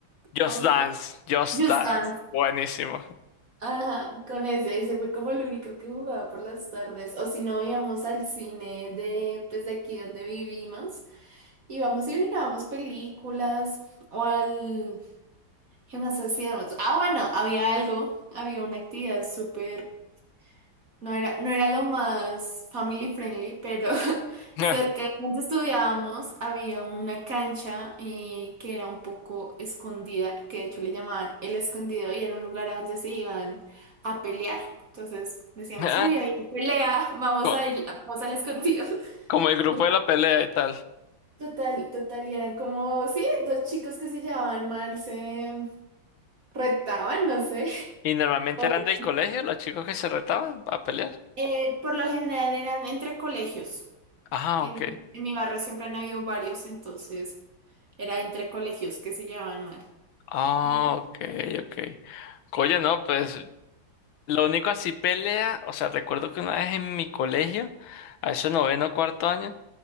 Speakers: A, on the left; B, on the right.
A: Just
B: On
A: Dance,
B: Ta-
A: Just
B: Just
A: Dance.
B: Dance.
A: Buenísimo.
B: Ajá, con ese, ese fue como el único que jugaba por las tardes. O si no, íbamos al cine de, pues, de aquí donde vivimos. Íbamos y mirábamos películas o al... ¿Qué más hacíamos? Ah, bueno, había algo, había una actividad súper No era, no era lo más family friendly, pero <laughs>
A: <laughs>
B: cerca de donde estudiábamos había una cancha eh, que era un poco escondida, que de hecho le llamaban el escondido y era un lugar a donde se iban a pelear. Entonces decíamos,
A: Ah,
B: uy, hay una pelea, vamos
A: Co-
B: a ir, vamos al escondido. <laughs>
A: Como el grupo
B: No,
A: de la pelea y tal.
B: Total, total, y eran como, sí, dos chicos que se llevaban mal, se retaban, no sé.
A: ¿Y normalmente
B: <laughs> O-
A: eran del colegio los chicos que se retaban a pelear?
B: eh, por lo general eran entre colegios.
A: Ah,
B: En,
A: ok.
B: en mi barrio siempre han habido varios, entonces era entre colegios que se llevaban mal.
A: Ah,
B: Y yo,
A: ok, ok. Oye, no, pues lo único así pelea, o sea, recuerdo que una vez en mi colegio, a eso noveno cuarto año,